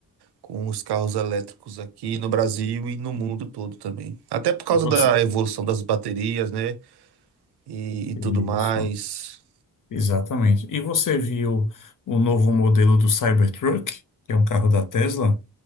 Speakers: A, on the right; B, on the left.
A: com os carros elétricos aqui no Brasil e no mundo todo também. Até por causa
B: Você...
A: da evolução das baterias, né? E, e
B: Isso,
A: tudo mais.
B: exatamente. E você viu o novo modelo do Cybertruck, que é um carro da Tesla,